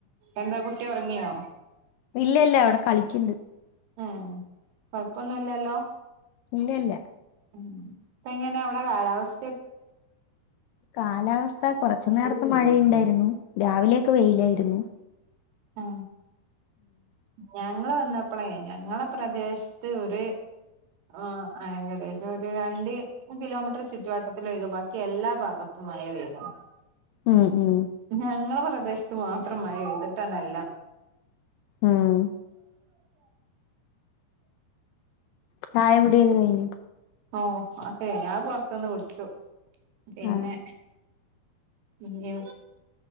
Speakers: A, on the right; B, on the left.
A: എന്താ കുട്ടി ഉറങ്ങിയോ <inaudible>
B: ഇല്ല ഇല്ല അവിടെ കളികിണ്ട്
A: ആ കൊഴപ്പൊന്നുല്യല്ലോ
B: ഇല്ല ഇല്ല
A: ഉം അപ്പ എങ്ങനെയവിടെ കാലാവസ്ഥ
B: കാലാവസ്ഥ കൊറച്ച് നേരത്തെ മഴയുണ്ടായിരുന്നു രാവിലെയൊക്കെ വെ്യിലായിരുന്നു.
A: ആ ഞങ്ങള് വന്നപ്പോളെ ഞങ്ങള പ്രദേശത്ത് ഒരു ആ ഏകദേശം ഒരു രണ്ട് കിലോമീറ്റർ ചുറ്റുുവട്ടത്തിലോഴികെ ബാ ക്കി എല്ലാ ഭാഗത്തുമയ വേദം
B: ഉം ഉം
A: ഞങ്ങള ശ മാത്രമായി മഴ പെയ്തിട്ടന്നല്ല
B: ഉം ചായ കുടി യെ കഴിഞ്ഞു
A: ഓ അക്കെ ഞാ പൊറുത്തുന്നു കുടിച്ചു പിന്നെ
B: ആഹ്
A: പിന്യോ